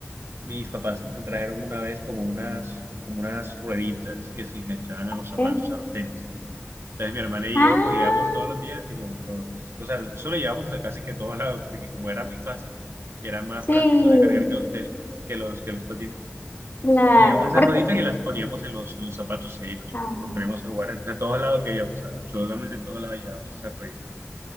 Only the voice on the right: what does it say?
Mis papás me trajeron una vez como unas, como unas rueditas que se enganchaban a los
zapatos, a los tenis. Entonces mi hermana y
yo cogíamos todos los días y los, los- o sea, eso lo llevábamos a casi que todos lados, porque como era muy fácil y era más
práctico de cargar que los tenis, que los, que los patines,
nos llevábamos
esas rueditas y las poníamos en los, en los zapatos y ahí nos,
nos poníamos a jugar en- a todos lados que íbamos, a, absolutamente a todos lados llevábamos esas rueditas.